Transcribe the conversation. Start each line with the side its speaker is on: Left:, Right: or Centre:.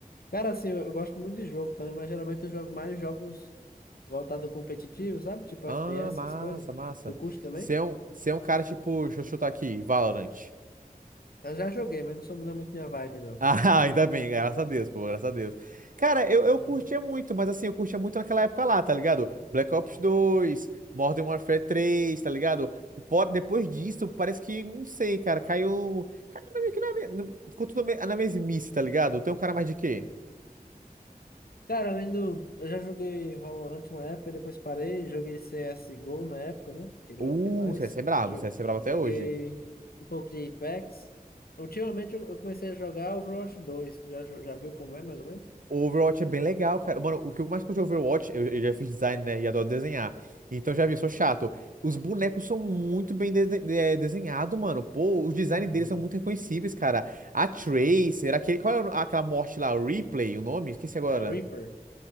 Left: Cara, assim, eu, eu gosto muito de jogo também, mas geralmente eu jogo mais jogos voltados ao competitivo, sabe? Tipo
Right: Ah,
Left: FPS,
Right: massa,
Left: essas coisas.
Right: massa.
Left: Tu curte também?
Right: Você é um, você é um cara tipo, deixa eu chutar aqui, Valorant.
Left: Eu já joguei, mas não sou não é muito minha vibe, não.
Right: Ah, <laughs> ainda bem, graças a Deus, pô, graças a Deus. Cara, eu, eu
Left: Uhum.
Right: curtia muito, mas assim, eu curtia muito naquela época lá, tá ligado? Black Ops dois Modern Warfare três tá ligado? Fora- Depois disso, parece que, não sei, cara, caiu. Caiu meio que na, me- no- ficou tudo me- na mesmice, tá ligado? Tem um cara mais de quê?
Left: Cara, além do. Eu já joguei Valorant uma época, depois parei. Joguei CSGO na época, né? Que agora
Right: Uh,
Left: não tem mais.
Right: o CS é bravo
Left: Jo-
Right: o CS é bravo
Left: Joguei
Right: até hoje.
Left: um pouco de Apex. Ultimamente eu eu comecei a jogar Overwatch dois Tu já, jo- já viu como é, mais ou menos?
Right: O Overwatch é bem legal, cara. Mano, o que eu mais curto de Overwatch, eu, eu já fiz design, né? E adoro desenhar. Então já
Left: Aham.
Right: vi, sou chato. Os bonecos são muito bem de desenhados, mano. Pô, os designs
Left: Uhum.
Right: deles são muito reconhecíveis, cara. A Tracer,
Left: São.
Right: aquele, qual é aquela morte lá? Replay, o nome? Esqueci agora.
Left: É Reaper.